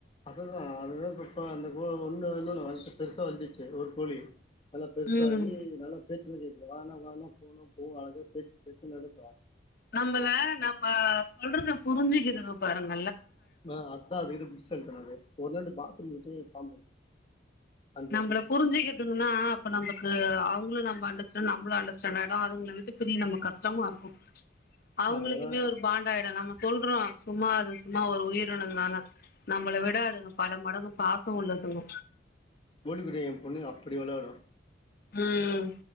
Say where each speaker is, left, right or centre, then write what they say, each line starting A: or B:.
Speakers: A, on the left (about 30°); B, on the left (about 55°).
A: அதுதா அதுதா இப்ப அந்த <unintelligible> ஒன்னுதா இன்னோனு பெர்சா வள்துச்சு ஒரு கோழி நல்லா பெருசாயி
B: ம்
A: நல்லா பேச்சுலா கேக்குது இங் வானா வானா போனா போவாது பேச்சு கேட்டு நடக்கோ
B: நம்பள நம்ப சொல்ரத புரிஞ்சிக்கிதுங்கோ பாருங்க
A: வ அதா அதுக்கு இது புத்திசாலித்தனோ அது ஒர்நாள் இந் பாத்ரூம் கிட்டியே பம்பு வந்துச்சு அஞ்சு
B: நம்பல புருஞ்சுக்கிதுன்னா அப்ப நம்ப கு அவங்ளு நம்ப அண்டர்ஸ்டாண்ட் நம்ளு அண்டர்ஸ்டாண்ட் ஆயிடு அதுங்கள விட்டு பிரிய நம்ம கஷ்டமா இருக்கும் அவுங்களுக்குமே
A: அதெல்லா
B: ஒரு பாண்டாயிடு நம்ம சொல்றோ சும்மா அது சும்மா ஒரு உயிரினங்தான நம்மள விடாதுங்க பல மடங்கு பாச உள்ளதுங்
A: மவுலிக்கூட என் பொண்ணு அப்டி வெளாடு
B: ம்